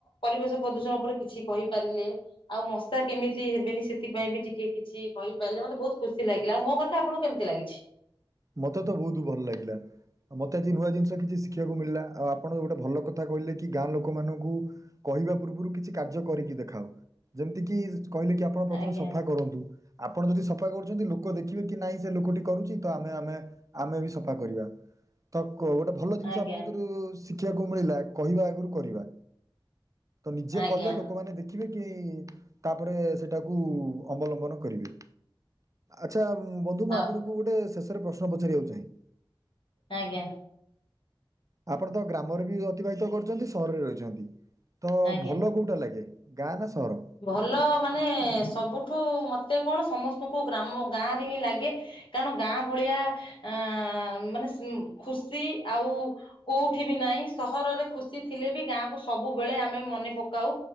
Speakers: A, on the left; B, on the right.
A: ପରିବେଶ ପ୍ରଦୂଷଣ ଉପରେ କିଛି କହିପାରିଲେ। ଆଉ ମଶା କେମିତି ହେବେନି ସେଥିପାଇଁ ବି ଟିକେ କିଛି କହିପାରିଲେ ମତେ ବହୁତ ଖୁସି ଲାଗିଲା, ଆଉ ମୋ କଥା ଆପଣଙ୍କୁ କେମ୍ତି ଲାଗିଛି?
B: ମତେ ତ ବହୁତ ଭଲ ଲାଗିଲା। ମତେ ଆଜି ନୂଆ ଜିନିଷ କିଛି ଶିଖିବାକୁ ମିଳିଲା, ଆଉ ଆପଣ ଗୋଟେ ଭଲ କଥା କହିଲେ କି ଗାଁ ଲୋକମାନଙ୍କୁ କହିବା ପୂର୍ବରୁ କିଛି କାର୍ଯ୍ୟ କରିକି ଦେଖାଅ, ଯେମିତି କିି କହିଲେ କି ଆପ ଆପଣ ପ୍ରଥମେ
A: ଆଜ୍ଞା
B: ସଫା କରନ୍ତୁ, ଆପଣ ଯଦି ସଫା କରୁଛନ୍ତି ଲୋକ ଦେଖିବେ କି ନାଇଁ ସେ ଲୋକଟି କରୁଛି ତ ଆମେ ଆମେ ବି ସଫା କରିବା, ତ କ ଗୋଟେ ଭଲ ଜିନିଷ
A: ଆଜ୍ଞା
B: ଆପଣଙ୍କତରୁ ଶିଖିଆକୁ ମିଳିଲା କହିବା ଆଗରୁ କରିବା ତ ନିଜେ
A: ଆଜ୍ଞା
B: କଲେ ଲୋକମାନେ ଦେଖି କିଇଁ କି ତାପରେ ସେଟାକୁ ଅବଲମ୍ବନ କରିବେ। ଆଚ୍ଛା, ବନ୍ଧୁ ମୁଁ
A: ଆଉ
B: ଆପଣଙ୍କୁ ଗୋଟେ ଶେଷରେ ପ୍ରଶ୍ନ ପଚାରିବାକୁ ଚାହେଁ?
A: ଆଜ୍ଞା।
B: ଆପଣ ତ ଗ୍ରାମରେ ବି ଅତିବାହିତ କରିଛନ୍ତି ସହରରେ ରହିଛନ୍ତି ତ
A: ଆଜ୍ଞା।
B: ଭଲ କୋଉଟା ଲାଗେ? ଗାଁ ନା ସହର?
A: ଭଲ ମାନେ ସବୁଠୁ ମତେ କଣ ସମସ୍ତଙ୍କୁ ଗ୍ରାମ ଗାଁ ରେ ହିଁ ଲାଗେ। କାରଣ ଗାଁ ଭଳିଆ ଆ ମାନେ ସ ଖୁସି ଆଉ। କୋଉଠି ବି ନାଇଁ ସହରରେ ଖୁସି ଥିଲେ ବି ଗାଁକୁ ସବୁବେଳେ ଆମେ ମନେ ପକାଉ।